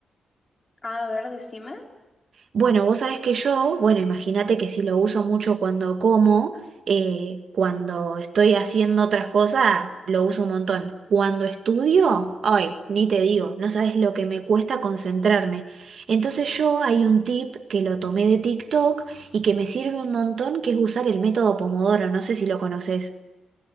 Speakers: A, on the left; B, on the right.
A: Ah, a ver, decime.
B: Bueno, vos sabés que yo, bueno, imagínate que si lo uso mucho cuando como, eh, cuando estoy haciendo otras cosas, lo uso un montón. Cuando estudio, ay, ni te digo, no sabes lo que me cuesta concentrarme. Entonces yo hay un tip que lo tomé de TikTok y que me sirve un montón, que es usar el método Pomodoro, no sé si lo conoces.